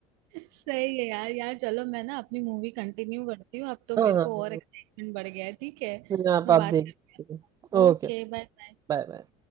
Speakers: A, on the right (about 70°); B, on the right (about 20°).
A: सही है यार यार चलो मैं ना अपनी मूवी कंटिन्यू करती हूँ अब तो
B: हाँ
A: मेरे
B: हाँ
A: को और एक्साइटमेंट बढ़ गया है ठीक है
B: यहाँ आप
A: मैं
B: आप
A: बात
B: देख
A: करती
B: सकते हो
A: हूँ
B: ओके
A: Okay bye bye
B: बाय बाय